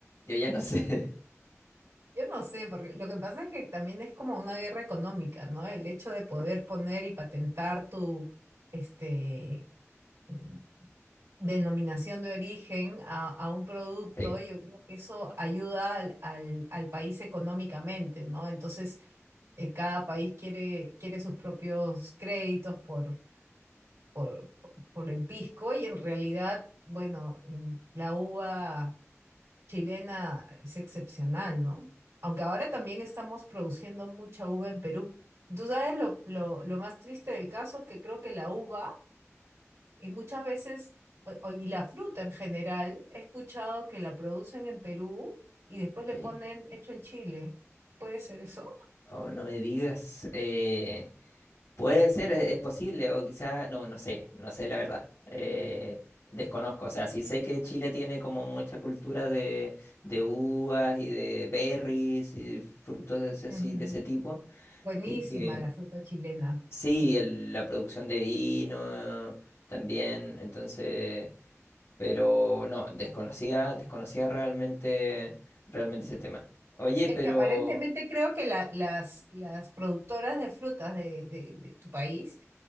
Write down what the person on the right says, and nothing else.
Yo no sé, porque lo que pasa es que también es como una guerra económica, ¿no? El hecho de poder poner y patentar tu este, eh, denominación de origen a, a un producto,
yo creo que eso ayuda al, al, al país económicamente, ¿no? Entonces, eh, cada país quiere, quiere sus propios créditos por, por, por el pisco y en realidad, bueno, mm, la uva chilena es excepcional, ¿no? Aunque ahora también estamos produciendo mucha uva en Perú. Tú sabes lo, lo, lo más triste del caso es que creo que la uva, y muchas veces, o- o- y la fruta en general, he escuchado que la producen en Perú y después
le ponen hecho en Chile. ¿Puede ser eso?
Ujú.
Buenísima
la fruta chilena,
sí.
Es
que aparentemente creo que la- las, las productoras de frutas de, de- de tu país